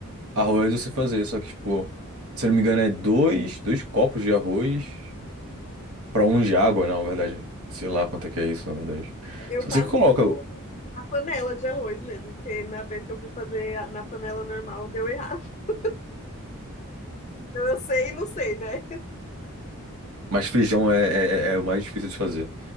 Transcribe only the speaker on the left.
Eu
faço
com a panela de arroz mesmo, porque na vez que eu fui fazer a- na panela normal deu errado. <laughs> Então, Eu sei e não sei, né?